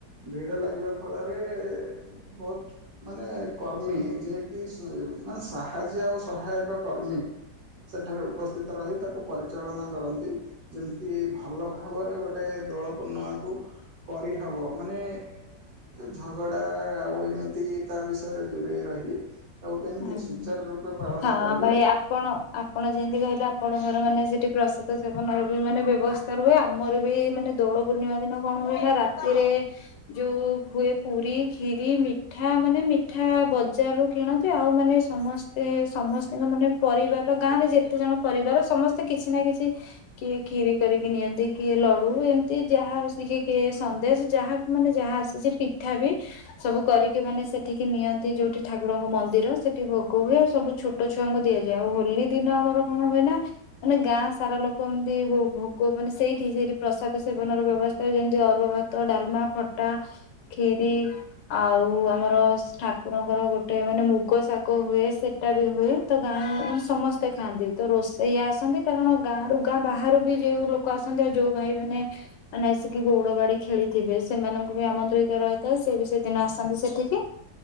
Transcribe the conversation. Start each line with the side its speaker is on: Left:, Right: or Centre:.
Right: ଭିଡ ଲାଗିବା ଫଳରେ ବୋହୁତ ମାନେ କର୍ମୀ ଯିଏକି ମାନେ ସାହାଯ୍ୟ ଆଉ ସହାୟକ କର୍ମୀ ସେଠାରେ ଉପସ୍ଥିତ ରହି ତାକୁ ପରିଚାଳନା କରନ୍ତି ଯେମିତି ଭଲ ଭାବରେ ଗୋଟେ ଦୋଳ ପୂର୍ଣ୍ଣିମାକୁ କରିହବ ମାନେ ଏ ଝଗଡ଼ା ଆଉ ଏମିତି ତା ବିଷୟରେ ଦୂରେଇ ରହି। ତାକୁ କେମିତି
Left: ଆଜ୍ଞା।
Right: ସୂଚାରୁ ରୂପେ ପାଳନ
Left: ହଁ
Right: କରିବେ
Left: ଭାଇ ଆପଣ ଆପଣ ଯେନ୍ତି କହିଲେ ଆପଣଙ୍କର ମାନେ ସେଠି ପ୍ରସାଦ ସେବନର ବି ମାନେ ବ୍ୟବସ୍ ସ୍ତା ରୁହେ ଆମର ବି ମାନେ ଦୋଳ ପୂର୍ଣ୍ଣିମା ଦିନ କଣ ହୁଏ ନା ରାତିରେ ଯୋଉ ହୁଏ ପୁରୀ କ୍ଷୀରି ମିଠା ମାନେ ମିଠା ବଜାରରୁ କିଣ ଯାଏ ଆଉ ମାନେ ସମସ୍ତେ ସମସ୍ତିଙ୍କ ମାନେ ପରିବାର ଗାଁରେ ଯେତେ ଜଣ ପରିବାର ସମସ୍ତେ ସେ କିଛି ନା କିଛି କିଏ କ୍ଷୀରି କରିକି ନିଅନ୍ତି କିଏ ଲଡୁ ଏମ୍ତି ଯାହା ଆସିକି କିଏ ସନ୍ଦେଶ ଯାହା ମାନେ ଯାହା ଆସିଚି ପିଠା ବି ସବୁ କରିକି ମାନେ ସେଠିକି ନିଅନ୍ତି ଯୋଉଠି ଠାକୁରଙ୍କ ମ ନ୍ଦିର ସେଠି ଭୋଗ ହୁଏ ଆଉ ସବୁ ଛୋଟ ଛୁଆଙ୍କୁ ଦିଆଯାଏ ଆଉ ହୋଲି ଦିନ ଆମର କଣ ହୁଏ ନା ମାନେ ଗାଁ ସାରା ଲୋକ ଏମ୍ତି ଭୋଗ ମାନେ ସେଇଠି ସେଇଠି ପ୍ରସାଦ ସେବନ ର ବ୍ୟବ ଯେମିତି ଅରୁଆ ଭାତ ଡାଲ୍ମା, ଖଟା ଖିରି ଆଉ ଆମର ଠାକୁରଙ୍କର ଗୋଟେ ମାନେ ମୁ କୋ ଶାଗ ହୁଏ ସେଟା ବି ହୁଏ ତ ଗାଁ ମାନେ ସମସ୍ତେ ଖାଆନ୍ତି ତ ରୋଷେଇଆ ଆସନ୍ତି। କାରଣ ଗାଁ ରୁ ଗାଁ ବାହାରୁ ବି ଯୋଉ ଲୋକ ଆସନ୍ତି ଆଉ ଯୋଉ ଭାଇ ମାନେ ମାନେ ଆସିକି ଗୋଉଡ ଗାଡି ଖେଳିଥିବେ, ସେମାନଙ୍କୁ ବି ଆମନ୍ତ୍ରିତ ରହିଥାଏ ସିଏ ବି ସେଦିନ ଆସନ୍ତି ସେଠିକି।